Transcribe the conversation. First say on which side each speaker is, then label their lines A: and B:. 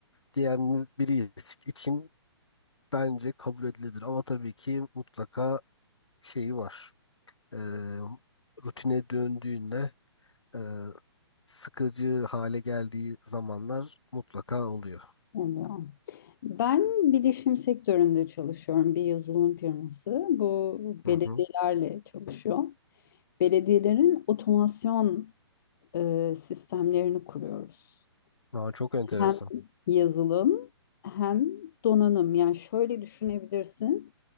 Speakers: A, on the left; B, on the left.
A: diyen biri için bence kabul edilebilir. Ama tabii ki mutlaka şeyi var. Ee, rutine döndüğünde e, sıkıcı hale geldiği zamanlar mutlaka oluyor.
B: oluyor. Ben bilişim sektöründe çalışıyorum. Bir yazılım firması. Bu
A: Hı
B: belediyelerle
A: hı.
B: çalışıyor. Belediyelerin otomasyon e, sistemlerini kuruyoruz.
A: Aa, çok enteresan.
B: Hem yazılım hem donanım. Yani şöyle düşünebilirsin.